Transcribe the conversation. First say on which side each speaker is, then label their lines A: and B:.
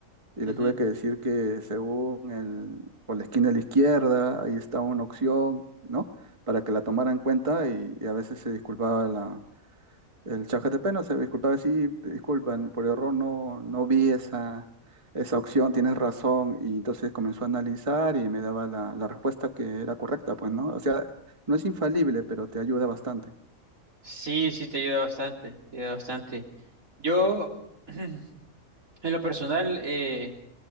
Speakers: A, on the right (about 25°); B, on the right (about 80°).
A: y le
B: ujú.
A: tuve que decir que según el, por la esquina de la izquierda, ahí está una opción, ¿no? Para que la tomara en cuenta y, y a veces se disculpaba la, el chat GTP, no se disculpaba, sí, disculpan, por error no, no vi esa, esa opción, tienes razón, y entonces comenzó a analizar y me daba la, la respuesta que era correcta, pues, ¿no? O sea, no es infalible, pero te ayuda bastante.
B: Sí, sí, te ayuda bastante, te ayuda bastante. Yo, <clears throat> en lo personal, eh,